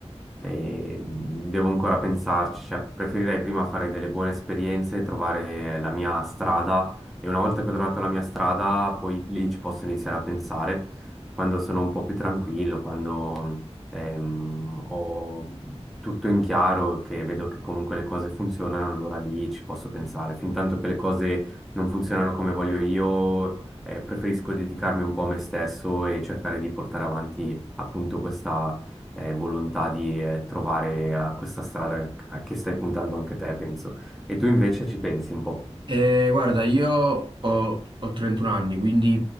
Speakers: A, in the centre; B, on the right.
A: e devo ancora pensarci, cioè preferirei prima fare delle buone esperienze, trovare la mia strada e una volta che ho trovato la mia strada, poi lì ci posso iniziare a pensare quando sono un po' più tranquillo, quando ehm, ho tutto in chiaro, che vedo che comunque le cose funzionano, allora lì ci posso pensare. Fintanto che le cose non funzionano come voglio io, eh, preferisco dedicarmi un po' a me stesso e cercare di portare avanti appunto questa eh, volontà di eh, trovare a questa strada a che stai puntando anche te, penso. E tu invece ci pensi un po'.
B: Eh, guarda, io ho, ho 31 anni, quindi